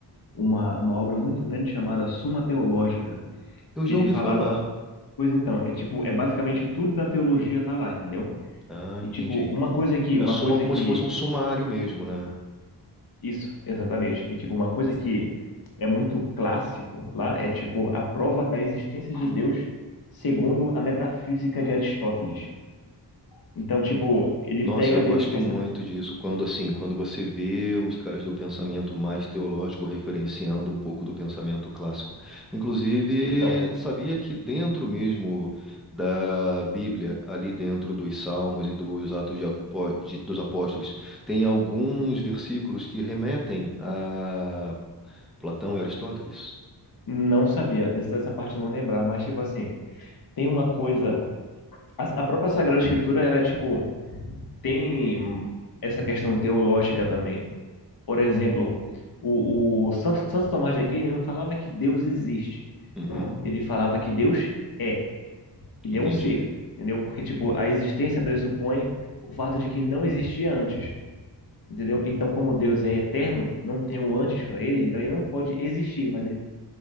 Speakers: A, on the left (about 60°); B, in the centre.
A: uma, uma obra muito grande chamada Suma Teológica,
B: Eu
A: que
B: já
A: ele
B: ouvi
A: falava
B: falar.
A: Pois então, é tipo, é basicamente tudo da teologia tá lá, entendeu?
B: Ah,
A: E
B: entendi.
A: tipo, uma coisa que,
B: É
A: uma
B: soma
A: coisa
B: como
A: que
B: se fosse um sumário mesmo, né?
A: Isso, exatamente. E tipo, uma coisa que é muito clássico lá é tipo a prova da existência de Deus segundo a metafísica de Aristóteles. Então, tipo, ele
B: Nossa,
A: pega
B: eu
A: meio
B: gosto
A: que o pensamento.
B: muito disso, quando assim, quando você vê os caras do pensamento mais teológico referenciando um pouco do pensamento clássico. Inclusive,
A: Então,
B: sabia que dentro mesmo da Bíblia, ali dentro dos Salmos e dos Atos de Apó- de- dos Apóstolos, tem alguns versículos que remetem a Platão e Aristóteles?
A: não sabia, dessa, dessa parte eu não lembrava, mas tipo assim, tem uma coisa. A, a própria Sagrada Escritura, ela é tipo, tem essa questão teológica também. Por exemplo, o, o Santo, Santo Tomás de Aquino não falava que Deus existe,
B: Uhum,
A: ele falava que Deus é. Ele
B: entendi.
A: é um ser, entendeu? Porque, tipo, a existência pressupõe o fato de que não existia antes, entendeu? Então, como Deus é eterno, não tem o antes para ele, então ele não pode existir, mas ele